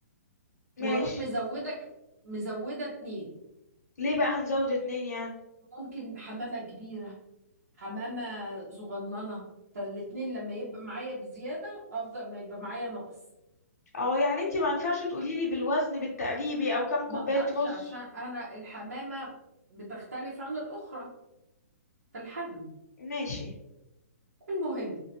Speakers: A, on the right; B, on the left.
A: وأروح
B: ماشي
A: مزودك مزودة اتنين
B: ليه بقى هنزود اتنين يعني
A: ممكن حمامة كبيرة حمامة صغننة فالاتنين لما يبقى معايا بزيادة أفضل ما يبقى معايا نقص
B: اه يعني انت ما ينفعش تقولي لي بالوزن بالتقريبي او كم كوبايه
A: ما أقدرش
B: رز
A: عشان أنا الحمامة بتختلف عن الأخرى في الحجم
B: ماشي
A: المهم